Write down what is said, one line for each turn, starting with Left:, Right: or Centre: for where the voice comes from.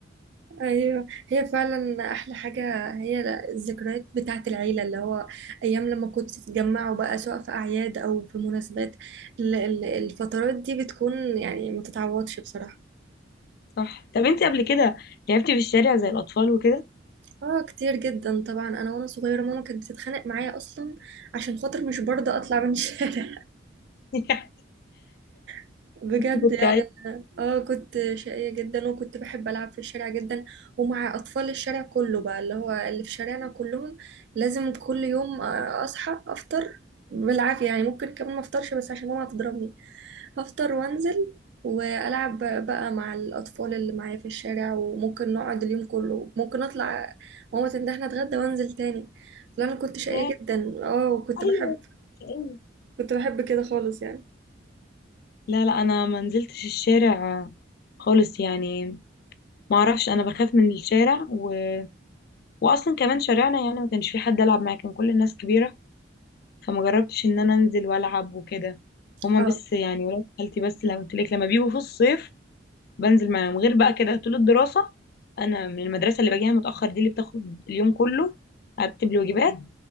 Right: ايوه هي فعلا احلى حاجة هي الذكريات بتاعة العيلة اللي هو ايام لما كنتوا تتجمعوا بقى سواء في اعياد او في مناسبات ال- ال- الفترات دي بتكون يعني ما تتعوضش بصراحة
Left: صح طب انت قبل كده لعبتي في الشارع زي الاطفال وكده
Right: اه كتير جدا طبعا انا وانا صغيره ماما كانت بتتخانق معايا اصلا عشان خاطر مش برضه اطلع من الشارع
Left: <laughs>
Right: <laughs> بجد
Left: كنت
Right: يعني اه كنت شقيه جدا وكنت بحب العب في الشارع جدا ومع اطفال الشارع كله بقى اللي هو اللي في شارعنا كلهم لازم كل يوم آه، اصحى افطر بالعافيه يعني ممكن كمان ما افطرش بس عشان ماما هتضربني هفطر وانزل والعب بقى مع الاطفال اللي معايا في الشارع وممكن نقعد اليوم كله ممكن اطلع ماما تندهني اتغدى وانزل تاني لا انا كنت شقية
Left: ياه،
Right: جدا اه وكنت
Left: ايوه
Right: بحب
Left: أيوة.
Right: كنت بحب كده خالص يعني
Left: لا لا انا ما نزلتش الشارع خالص يعني ما اعرفش انا بخاف من الشارع و... واصلا كمان شارعنا يعني ما كانش في حد العب معاه كان كل الناس كبيره فما جربتش ان انا انزل والعب وكده هما
Right: اه
Left: بس يعني ولاد خالتي بس لما قلت لك لما بيجوا في الصيف بنزل معاهم غير بقى كده طول الدراسه انا من المدرسه اللي باجيها متاخر دي اللي بتاخد اليوم كله ارتب الواجبات